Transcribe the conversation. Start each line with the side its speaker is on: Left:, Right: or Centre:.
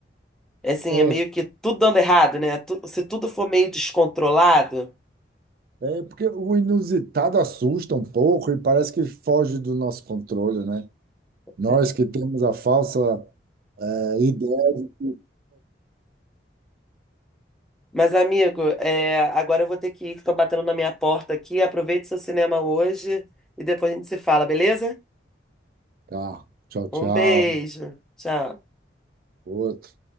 Centre: É Assim,
Right: é,
Centre: é meio que tudo dando errado, né? Tu- se tudo for meio descontrolado.
Right: é porque o inusitado assusta um pouco e parece que foge do nosso controle, né? Nós
Centre: né?
Right: que temos a falsa, é, ideia de que,
Centre: Mas, amigo, é, agora eu vou ter que ir, que estão batendo na minha porta aqui. Aproveite seu cinema hoje e depois a gente se fala, beleza?
Right: tá, tchau, tchau,
Centre: Um beijo. Tchau.
Right: outro.